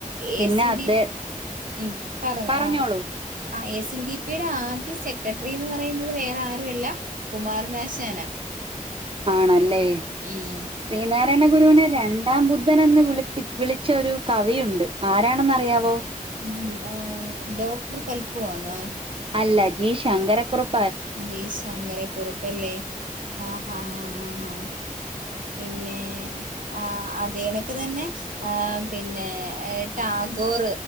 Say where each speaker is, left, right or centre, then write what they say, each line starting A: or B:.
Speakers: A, on the right; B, on the right.
A: എസ്
B: പിന്നെ
A: എൻ
B: അതെ
A: ടി പി ഉം പറഞ്ഞു
B: പറഞ്ഞോളൂ
A: ആഹ് ഐ എസ് എൻ ഡിപിയുടെ ആദ്യ സെക്രട്ടറി എന്ന് പറയുന്നത് വേറെ ആരുമല്ല കുമാരനാശാന
B: ആണല്ലേ
A: ഉം
B: ശ്രീനാരായണ ഗുരുവിനെ രണ്ടാം ബുദ്ധൻ എന്ന് വിളി വിളിച്ച ഒരു കവിയുണ്ട് ആരാണെന്ന് അറിയാവോ
A: ഉം ആഹ് ഡോക്ടർ പൽപ്പുവാണോ
B: അല്ല ജീ ശങ്കര കുറപ്പ്
A: ജി ശങ്കരക്കുറുപ്പ് അല്ലേ ആഹ് ആഹ് ആഹ് പിന്നെ ആഹ് അതെണക്ക് തന്നെ ആഹ് പിന്നെ ടാഗോർ